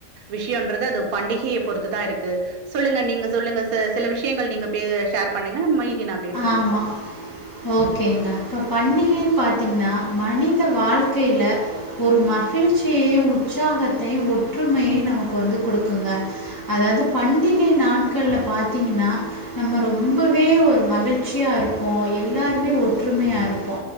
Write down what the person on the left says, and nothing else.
ஆமா. ஓகேங்க இப்ப பண்டிகைன்னு பாத்தீங்கின்னா மனித வாழ்க்கையில ஒரு மகிழ்ச்சியையு உற்சாகத்தையு ஒற்றுமையையு நமக்கு வந்து குடுக்குங்க அதாவது பண்டிகை நாட்கள்ல பாத்தீங்கின்னா நம்ம ரொம்பவே ஒரு மகிழ்ச் ழ்ச்சியா இருப்போ எல்லாருமே ஒற்றுமையா இருப்போ